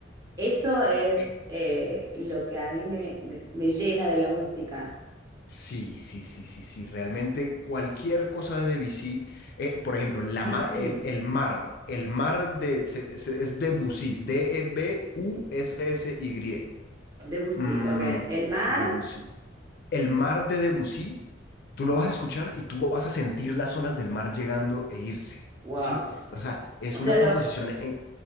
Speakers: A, on the right; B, on the left.
A: eso es
B: e-
A: eh, lo que a mí me, me, me llena de la música.
B: Sí, sí, sí, sí, sí. Realmente cualquier cosa de Debussy, eh, por ejemplo, la
A: Debussy,
B: ma- el, el mar, el mar de, se- se- es Debussy, D-E-B-U-S-S-Y.
A: Debussy,
B: Mm,
A: ok. El mar,
B: Debussy. El mar de Debussy, tú lo vas a escuchar y tú vas a sentir las olas del mar llegando e irse,
A: wow.
B: ¿sí? O sea, es
A: O sea,
B: una
A: lo,
B: composición... En,